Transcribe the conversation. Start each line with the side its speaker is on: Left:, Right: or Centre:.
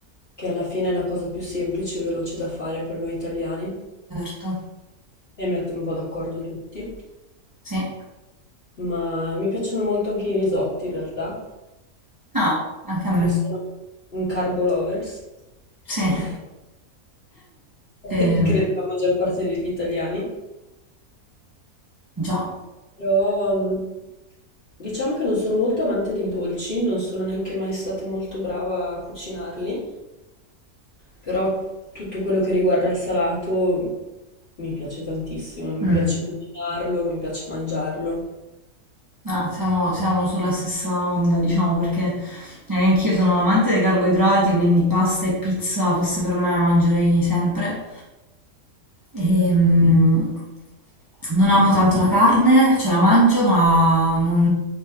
Left: che alla fine è la cosa più semplice e veloce da fare per noi italiani
Right: certo,
Left: e mette un po' d'accordo tutti.
Right: sì.
Left: Ma mi piacciono molto anche i risotti in realtà,
Right: Ah, anche
Left: perché
Right: a me,
Left: sono un carbo lovers.
Right: sì,
Left: <laughs> <laughs>
Right: Ehm,
Left: credo la maggior parte degli italiani.
Right: già.
Left: Però mh, diciamo che non sono molto amante dei dolci, non sono neanche mai stata molto brava a cucinarli, però tutto quello che riguarda il salato mi piace tantissimo, mi
Right: Mm.
Left: piace cucinarlo, mi piace mangiarlo.
Right: Ah, siamo, siamo sulla stessa onda, diciamo, perché eh, anch'io sono amante dei carboidrati, quindi pasta e pizza fosse per me la mangerei sempre. Ehm, non amo tanto la carne, ce la mangio, ma non,